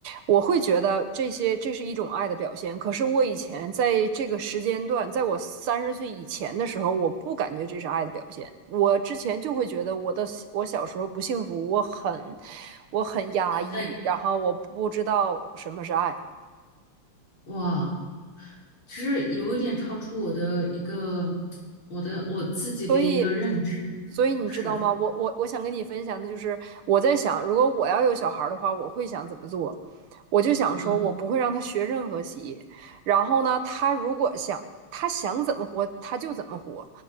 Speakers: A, on the right; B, on the left.
A: 我会觉得这些这是一种爱的表现。可是我以前在这个时间段，在我三十岁以前的时候，我不感觉这是爱的表现。我之前就会觉得我的我小时候不幸福，我很我很压抑，
B: 对，
A: 然后我不知道什么是爱。
B: 哇。其实有一点超出我的一个我的我自己的一个认知，
A: 所以，所以你知道吗？
B: 是，
A: 我我我想跟你分享的就是，我在想，如果我要有小孩儿的话，我会想怎么做？我就想说，
B: 嗯
A: 我不会让他学任何习然后呢，他如果想他想怎么活，他就怎么活；